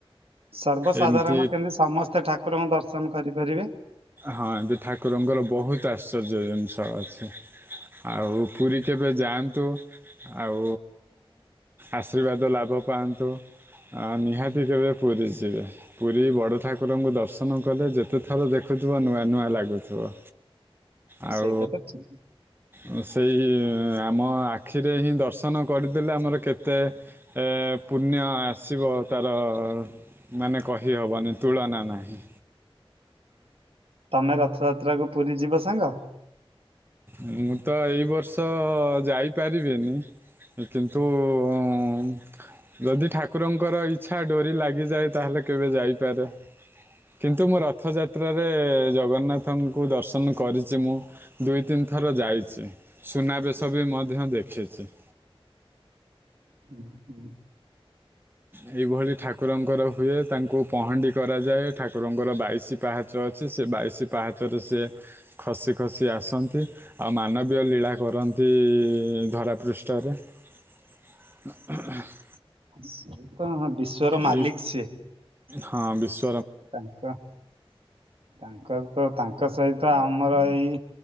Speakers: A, on the right; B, on the right.
A: ସର୍ବସାଧାରଣ
B: ଏମିତି
A: କେମତି ସମସ୍ତ ଠାକୁରଙ୍କ ଦର୍ଶନ କରିପାରିବେ।
B: ହଁ ଯେ ଠାକୁରଙ୍କର ବହୁତ ଆଶ୍ଚର୍ଯ୍ୟ ଜିନିଷ ଅଛି। ଆଉ ପୁରୀ କେବେ ଯାଆନ୍ତୁ। ଆଉ ଆଶୀର୍ବାଦ ଲାଭ ପାଆନ୍ତୁ। ଁ ନିହାତି କେବେ ପୁରୀ ଯିବେ। ପୁରୀ ବଡ଼ ଠାକୁରଙ୍କୁ ଦର୍ଶନ କଲେ, ଯେତେ ଥର ଦେଖୁଥିବ, ନୂଆ ନୂଆ ଲାଗୁଥିବ। ଆଉ
A: ସେଇଟା ତ ଠିକ୍।
B: ଅଁ ସେଇ ଇ ଇ ଆମ ଆଖିରେ ହିଁ ଦର୍ଶନ କରିଦେଲେ ଆମର ଖେତ୍ ତେ ଏ ଏ ପୁଣ୍ୟ ଆସିବ ତାର ଅ ଅ ଅ ମାନେ କହି ହବନି ତୁଳନା ନାହିଁ।
A: ତମେ ରଥଯାତ୍ରା କୁ ପୁରୀ ଯିବ ସାଙ୍ଗ?
B: ମୁଁ ତ ଏଇ ବର୍ଷ ଅ ଅ ଯାଇ ପାରିବିିନି। କିନ୍ତୁ ଉ ଉ ଯଦି ଠାକୁରଙ୍କର ଇଚ୍ଛା ଡୋରି ଲାଗିଯାଏ ତାହାଲେ କେବେ ଯାଇପାରେ। କିନ୍ତୁ ମୁଁ ରଥଯାତ୍ରାରେ ଏ ଏ ଜଗନ୍ନାଥଙ୍କୁ ଦର୍ଶନ କରିଚି ମୁଁ। ଦୁଇ ତିନି ଥର ଯାଇଚି ସୁନାବେଶ ବି ମଧ୍ୟ ଦେଖିଚି।
A: ହୁଁ ହୁଁ।
B: ଏଇ ଭଳି ଠାକ୍ କୁରଙ୍କର ହୁଏ ତାଙ୍କୁ ପହଣ୍ଡି କରାଯାଏ ଠାକୁରଙ୍କର ବାଇଶି ପାହାଚ ଅଛି ସେ ବାଇଶି ପାହାଚରୁ ସିଏ ଖସି ଖସି ଆସନ୍ତି। ଆଉ ମାନବୀୟ ଲୀଳା କରନ୍ତି ଇ ଇ ଇ ଧରାପୃଷ୍ଠରେ। <inaudible>
A: ସେ ତଁ ବିଶ୍ଵର ମାଲିକ
B: ଏଇ
A: ସିଏ।
B: ହଁ ବିଶ୍
A: ତାଙ୍କ ତାଙ୍କର ତ ତାଙ୍କ ସହିତ ଆମର ଏଇ